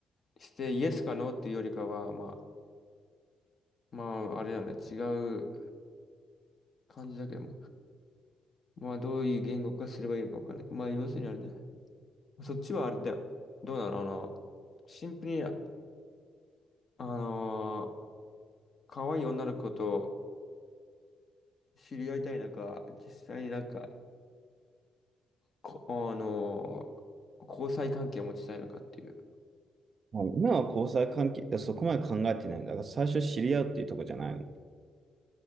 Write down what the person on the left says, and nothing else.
して、イエスかノーっていうよりかは、まあ、まあ、あれだね、違う感じだけども、まあ、どういう言語化すればいいのかわかんない。まあ、要するにあれだねそっちはあれだよ。どうなのあの、シンプルに、あのー可愛い女の子と知り合いたいのか、実際になんか、こ、あのー交際関係を持ちたいのかっていう。